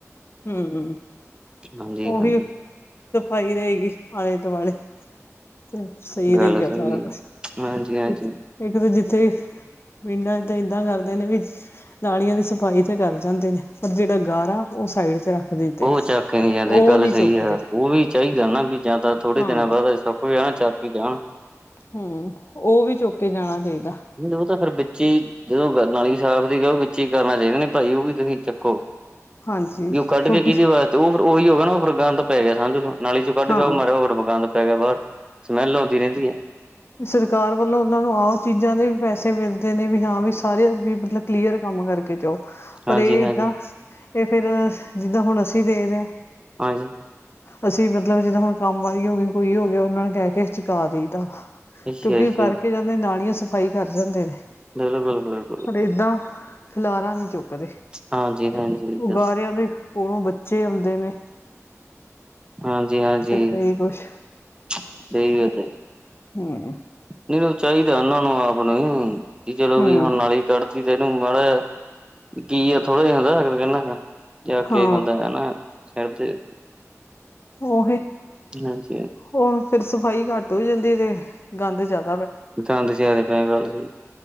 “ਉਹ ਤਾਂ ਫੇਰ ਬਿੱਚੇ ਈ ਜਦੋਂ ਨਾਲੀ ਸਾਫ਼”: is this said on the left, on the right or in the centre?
Right